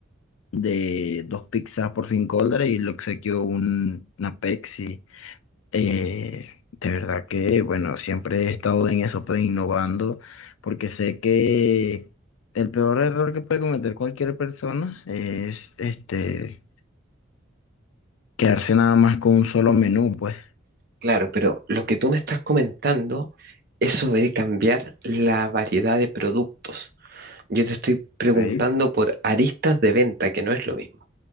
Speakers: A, on the left; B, on the right.
A: de dos pizzas por cinco dólares y le obsequió un, una Pepsi. Eh, de verdad que, bueno, siempre he estado en eso, pues innovando, porque sé que el peor error que puede cometer cualquier persona es este, quedarse nada más con un solo menú, pues.
B: Claro, pero lo que tú me estás comentando es sobre cambiar la variedad de productos. Yo te estoy preguntando
A: Ok.
B: por aristas de venta, que no es lo mismo.